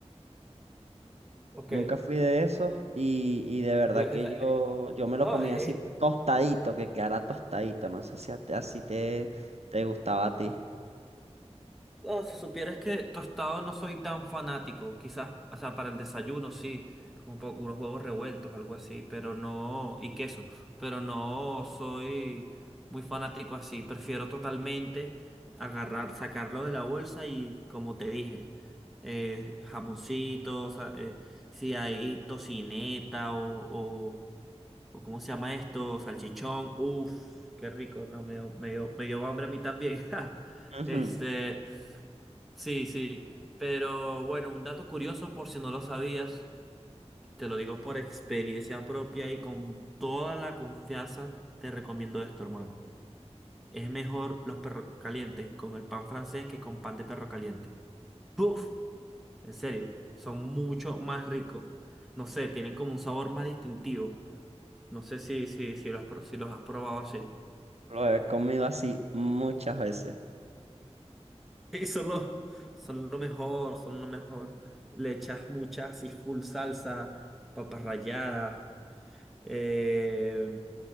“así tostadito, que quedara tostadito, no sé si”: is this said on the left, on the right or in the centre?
Right